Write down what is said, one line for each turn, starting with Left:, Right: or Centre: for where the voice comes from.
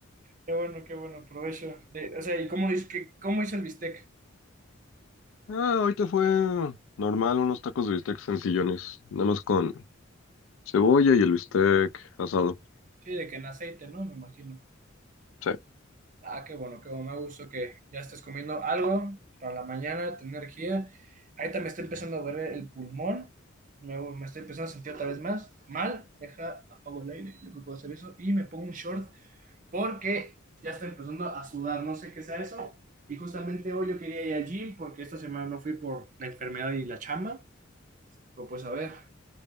Right: Qué bueno, qué bueno, provecho. De- o sea, ¿y cómo, dices que, cómo hizo el bistec?
Left: Ah, ahorita fue normal, unos tacos de bistec sencillones, nada más con cebolla y el bistec asado.
Right: Sí, de que en aceite, ¿no? Me imagino.
Left: Sí.
Right: Ah, qué bueno, qué bueno. Me da gusto que ya estés comiendo algo para la mañana, tener energía. Ahorita me está empezando a doler el pulmón. Me, me estoy empezando a sentir otra vez más mal. Deja, apago el aire. Yo creo que puedo hacer eso. Y me pongo un short porque ya está empezando a sudar, no sé qué sea eso. Y justamente hoy yo quería ir al gym porque esta semana no fui por la enfermedad y la chamba. Pero pues a ver,